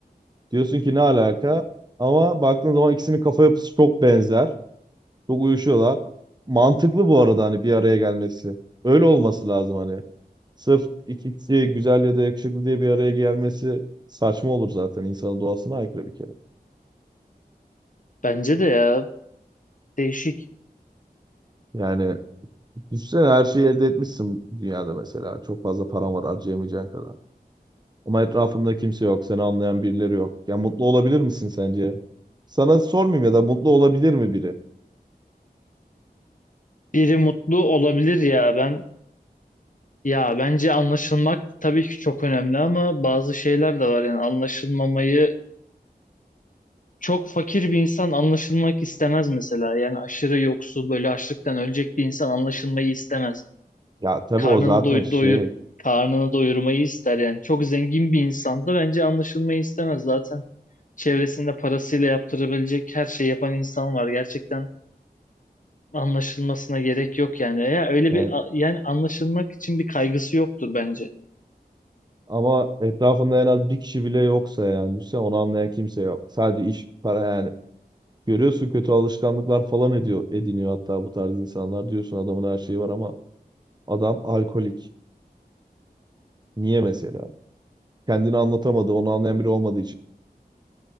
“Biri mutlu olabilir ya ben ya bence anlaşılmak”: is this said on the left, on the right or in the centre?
Left